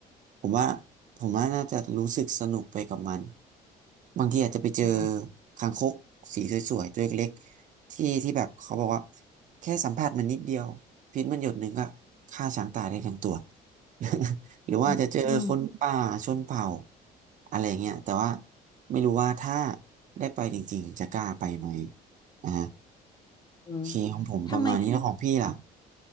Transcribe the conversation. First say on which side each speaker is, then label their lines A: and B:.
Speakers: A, on the right; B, on the left.
A: ผมว่าผมว่าน่าจะรู้สึกสนุกไปกับมันบางทีอาจจะไปเจอ
B: อ๋อ
A: คางคกสีสวยๆตัวเล็กๆที่ที่แบบเขาบอกว่าแค่สัมผัสมันนิดเดียวพิษมันหยดหนึ่งก็ฆ่าช้างตายได้ทั้งตัว <laughs> หรือว่าจะเจอคนป่าชนเผ่า
B: อืมอืม
A: อะไรเงี้ยแต่ว่าไม่รู้ว่าถ้าได้ไปจริงๆจะกล้าไปไหมอ่า
B: เออ
A: โอเคของผมประมาณนี้แล้วของพี่ล่ะ
B: ทำไม